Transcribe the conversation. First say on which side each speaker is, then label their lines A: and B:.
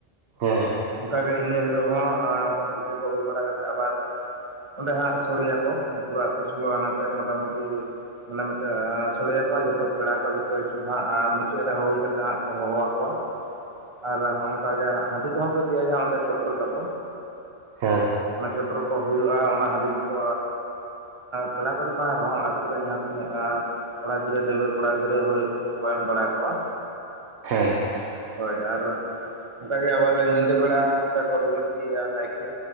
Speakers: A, on the right; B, on the right.
A: ᱦᱩᱸ ᱾
B: ᱚᱱᱠᱟᱜᱮ ᱤᱱᱟᱹ ᱦᱤᱞᱚᱜ ᱦᱚᱸ ᱚᱱ ᱯᱩᱡᱟᱹ ᱠᱚ ᱦᱩᱭ ᱵᱟᱲᱟ ᱠᱟᱛᱮᱜ ᱟᱵᱟᱨ ᱚᱸᱰᱮ ᱦᱟᱸᱜ ᱥᱚᱲᱮᱭᱟᱠᱚ ᱯᱩᱨᱟᱹ ᱟᱛ ᱥᱚᱞᱚ ᱚᱱᱟᱛᱮ ᱢᱚᱴᱟᱢᱩᱴᱤ ᱢᱟᱱᱮ ᱢᱤᱫᱴᱮᱡ ᱥᱚᱲᱤᱭᱟᱹ ᱠᱚᱣᱟ ᱡᱷᱚᱛᱚ ᱯᱮᱲᱟ ᱠᱚ ᱡᱷᱚᱛᱚ ᱠᱤᱪᱷᱩ ᱦᱟᱸᱜ ᱢᱩᱪᱟᱹᱫ ᱨᱮ ᱦᱩᱭ ᱠᱟ ᱠᱟᱛᱮᱜ ᱦᱟᱸᱜ ᱦᱚᱦᱚ ᱟᱠᱚᱣᱟ᱾ ᱟᱨ ᱚᱱᱠᱟᱜ ᱜᱮ ᱦᱟᱺᱰᱤ ᱠᱚᱦᱚᱸ ᱠᱚ ᱤᱫᱜᱤᱭᱟ ᱡᱟᱦᱟᱸ ᱚᱸᱰᱮ ᱪᱚᱰᱚᱨ ᱫᱚ ᱠᱚ
A: ᱦᱮᱸ ᱾
B: ᱚᱱᱟ ᱪᱚᱫᱽᱨᱚ ᱠᱚ ᱦᱩᱭᱩᱜᱼᱟ ᱚᱱᱟ ᱦᱟᱺᱰᱤᱧ ᱠᱚ ᱯᱮᱲᱟ ᱠᱚᱫᱚ ᱵᱟᱝ ᱨᱮᱦᱚᱸ ᱟᱹᱛᱩ ᱨᱮ ᱡᱟᱦᱟᱸ ᱛᱤᱱᱟᱹᱜ ᱠᱚᱲᱟ ᱜᱤᱫᱽᱨᱟᱹ ᱰᱟᱹᱝᱣᱟᱹ ᱠᱚᱲᱟ ᱜᱤᱫᱽᱨᱟᱹ ᱦᱩᱭ ᱠᱩ ᱠᱚ ᱮᱢ ᱵᱟᱲᱟ ᱠᱚᱣᱟ᱾
A: ᱦᱮᱸ ᱾
B: ᱦᱚᱭ ᱟᱨ ᱚᱱᱠᱟᱜᱮ ᱟᱵᱟᱨ ᱧᱤᱫᱟᱹ ᱵᱮᱲᱟ ᱚᱱᱠᱟ ᱠᱚ ᱨᱩᱣᱟᱹᱲ ᱤᱫᱤᱭᱟ ᱱᱟᱭᱠᱮ